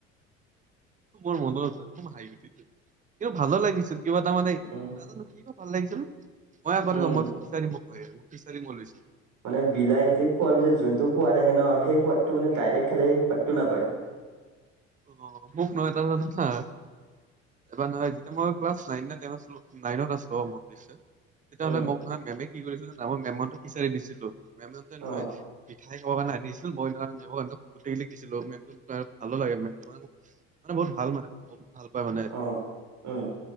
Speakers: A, on the right; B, on the right.
A: মোৰ মনত যায় ম হা গুটি কিন্তু ভালো লাগিছিল কিবা এটা মানে
B: উম
A: নাজানো। ভাল লাগিছিল ন মই কৰি
B: উম
A: মইচাৰি মোক ক মোকিচাৰি মই লৈছিলো।
B: মানে বিলাহিদি খোৱাৰ পিছত যোনটো সোৱাদ আহে ন সেই সোৱাদটো মানে ডাইৰেক্ট খালে সেই সোৱাদটো নাপায়। <inaudible>
A: অ, ভুক ন এটা চাৰ এবাৰ নহয়তিয়া মই ক্লাছ ন - ন টনতো নাইনত আছিলো অ, মোৰ নিশ্চয়। তেতিয়াহ'লে
B: উম
A: মোক ম মেমে কি কৰিছিল জান মই মেম সিচাৰি দিছিলো। মেমতে
B: অ
A: নহয় পিঠাই কক আনিছে। মই গোটেই দিছিলো মেম ভালো লাগে ম ম মানে বহুত ভাল মানে ভাল পাই মানে।
B: অ উম